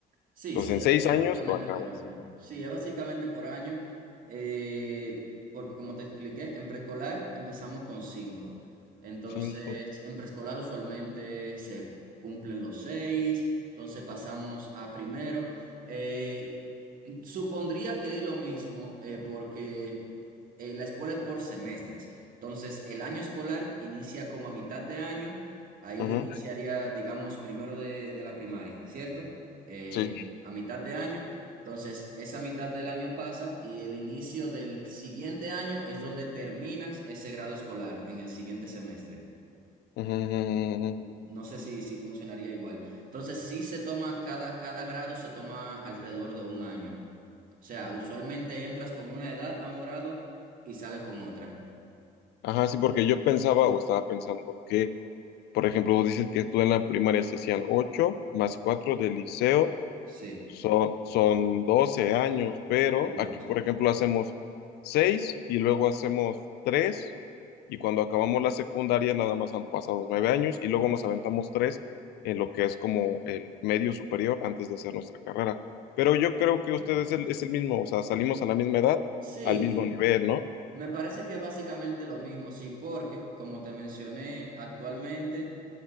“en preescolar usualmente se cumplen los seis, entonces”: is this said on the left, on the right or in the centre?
Right